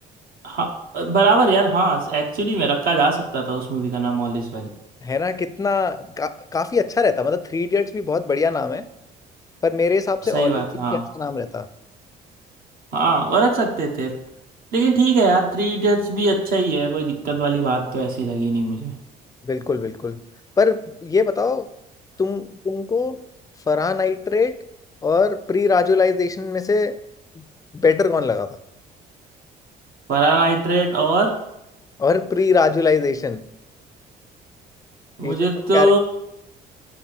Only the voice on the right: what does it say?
हाँ बराबर यार हाँ एक्चुअली में रखा जा सकता था उस मूवी का नाम ऑल इज वेल
सही
बात
है हाँ
हाँ वो रख सकते थे लेकिन ठीक है यार थ्री इडियट्स भी अच्छा ही है कोई दिक्कत वाली बात तो ऐसी लगी नहीं मुझे
परानाइट्रेट और
मुझे
तो